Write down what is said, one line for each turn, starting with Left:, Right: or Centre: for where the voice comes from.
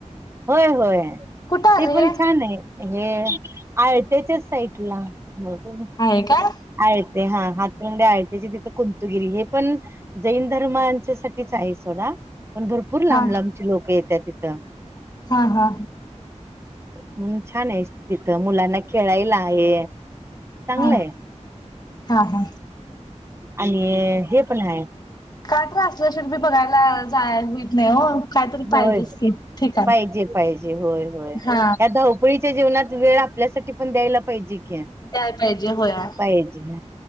Right: होय होय
Left: आलं
Right: ते पण
Left: हे?
Right: छान आहे. हे आळत्याच्याच साईडला हो
Left: आहे काय
Right: आयत ते हा हातं आळतेचे तिथं कुंतुगिरी हे पण जैन धर्मांच्या साच आहे सोडा पण भरपूर
Left: हा
Right: लांब लांबची लोकं येतातिथ ते
Left: हा हा
Right: मून छान आहे तिथं मुलांना खेळायला आहे. चांगलं
Left: हा
Right: आहे
Left: हा हा
Right: आणि हे पण आहे.
Left: काय त्रासला शेी बघायला जाय होईत नाही हो कायतरी पाहिजेच
Right: होय
Left: की ठिकाण.
Right: पाहिजे पाहिजे होय होय
Left: हा.
Right: या धावपळीच्या जीवनात वेळ आपल्यासाठी पण द्यायला. पाहिजे की
Left: द्याय पाहिजे होया
Right: पाहिजे